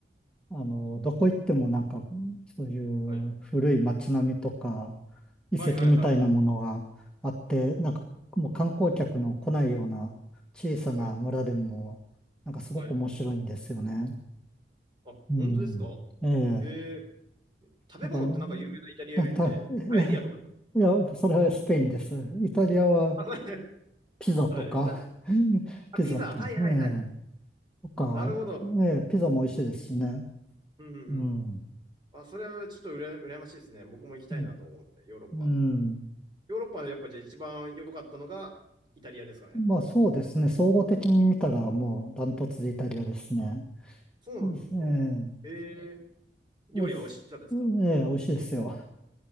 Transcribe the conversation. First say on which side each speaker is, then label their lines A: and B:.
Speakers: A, in the centre; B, on the right.
A: あの、どこ行ってもなんか、そういう古い街並みとか、
B: はい。
A: 遺跡みたいなものがあって、
B: はいはいはい。
A: なんかもう観光客の来ないような小さな村でも、
B: はい。
A: なんかすごく面白いんですよね。
B: はい。あ、
A: うん。
B: 本当ですか。
A: ええ。
B: えー、食べ物ってなんか有名なイタリア料理って、
A: なんか、た、たええ
B: パエリアとかですか
A: いや、それはスペインです。イタリアは
B: あ、そう
A: ピザとか、
B: はい、イタリ
A: <laughs>
B: アあ、
A: ピザと、
B: ピザ、はいはいはい。
A: ええ、とか、
B: なるほど。
A: ええ、ピザも美味しいですしね。
B: うんうんうん。
A: うん。
B: あ、それはちょっとうら羨ましいですね。僕も行きたいなと思って、
A: うん。
B: ヨーロッパ。
A: うん
B: ヨーロッパでやっぱじゃあ一番良かったのがイタリアですかね。
A: まあそうですね。総合的に見たらもうダントツでイタリアですね。
B: そうなんですか。
A: うんえ
B: えー、料理は美味しかったですか
A: え、です。うんええ、美味しいですよ。